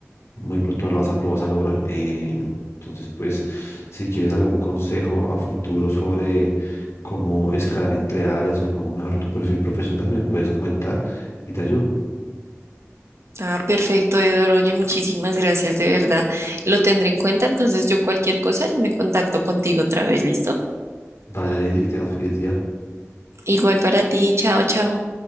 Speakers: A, on the left; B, on the right.
A: muy pronto lo vas a, lo vas a lograr. eh, entonces, pues si quieres algún consejo a futuro sobre cómo escalar entre áreas o cómo mejorar tu perfil profesional, me puedes comentar y te ayudo.
B: Ah, perfecto, Eduardo. Oye, muchísimas gracias, de verdad. Lo tendré en cuenta. Entonces, yo cualquier cosa, yo me contacto contigo otra vez, ¿listo?
A: Dale, Lady, que tengas feliz día.
B: Igual para ti. Chao, chao.